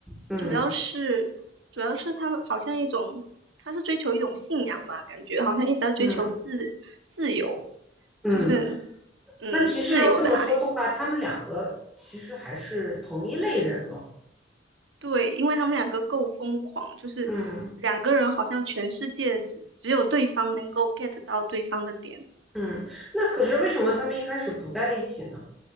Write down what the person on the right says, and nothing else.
主要是主要是他们好像一种，他是追求一种信仰吧，感觉好像一直在追求自自由，
就是嗯自由的爱。
对，因为他们两个够疯狂，就是两个人好像全世界只只有对方能够
get 到对方的点，